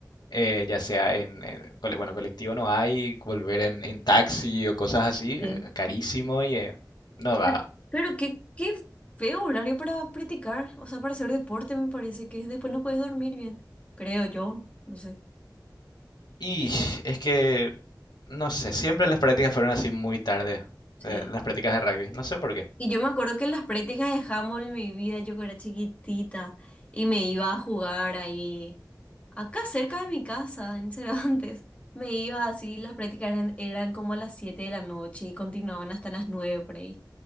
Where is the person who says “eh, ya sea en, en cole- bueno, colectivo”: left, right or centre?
Left